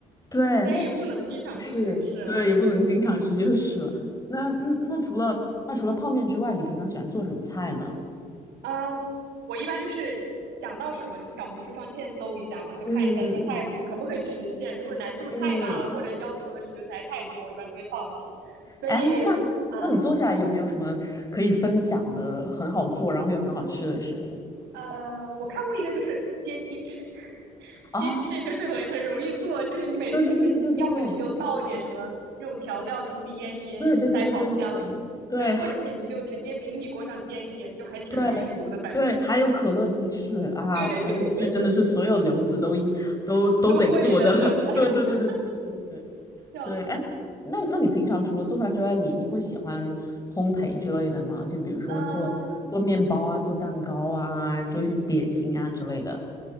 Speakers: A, on the left (about 20°); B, on the right (about 75°).
A: 对，
B: 但是也不能经常吃就是了。
A: 那是对，
B: 哎，
A: 也不能经常吃就是了。那嗯，那除了那除了泡面之外，你平常喜欢做什么菜呢？
B: 啊，我一般就是想到什么就小红书上现搜一下嘛，就看一下这个菜谱可不可以实现。
A: 嗯嗯
B: 如果难度太大了，
A: 嗯，
B: 或者要求的食材太多，我一般就会放弃。所以，
A: 哎，那那你做下来有没有什么可以分享的很好做，
B: 啊。
A: 然后又很好吃的食谱？
B: 呃，我看过一个，就是煎鸡翅，<laughs>
A: 啊，
B: 鸡翅就是很很容易做，就是你每次就是要么你就倒一点什么那种调料进去腌一腌，
A: 对对对对对对对对对对对对对对对还
B: 你塞烤箱，对，或者是你就直接平底锅上煎一煎，就还挺容易熟的，
A: 对
B: 反正，
A: 对，还有可乐鸡翅啊，
B: <laughs> 对对对，
A: 可乐鸡翅真的是所有留子都应都都得做的。
B: <laughs> 都会的，
A: <laughs>
B: 真的，<laughs>
A: 对对对对对对对对对。
B: 笑死。
A: 对，哎，那那你平常除了做饭之外，你你会喜欢烘焙之类的吗？就比如说做做面包啊，
B: 呃，
A: 做蛋糕啊，做一些点心啊之类的。